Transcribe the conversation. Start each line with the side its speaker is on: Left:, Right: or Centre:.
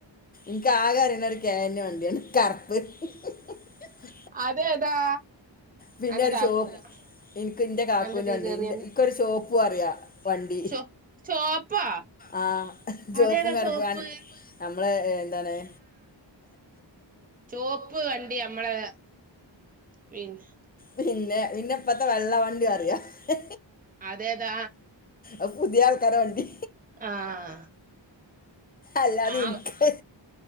Left: ഇക ആക അറി ണത് കേന് വണ്ടിയാണ് കറുപ്പ് ഹ
Right: അതേതാ
Left: പിന്നെ
Right: അന്റെ
Left: ഒരു
Right: താക്കോല്
Left: ചോ എനിക്ക് എന്റെ കാക്കുന
Right: അന്റെ തീ
Left: വണ്ടി
Right: കേറിയന്ന്
Left: ഇക്കരു ചോപ്പും അറിയാ വണ്ടി
Right: ചോ ചോപ്പാ
Left: ആ ചോപ്പും
Right: അതേതാ
Left: കറുപ്പ്
Right: ചോപ്പ്
Left: മ്മളെ എ ളെ ഏ
Right: ചുവപ്പ് വണ്ടി നമ്മളെ പിന്നെ
Left: പിന്നെ പിന്നെ ഇപ്പത്തെ വെള്ള വണ്ടി അറിയാ ഹ
Right: അതെതാ
Left: അപ്പൂതിയാൾക്കാരെവണ്ടി
Right: ആഹ
Left: അല്ലാതെ
Right: ആ
Left: എനിക്ക്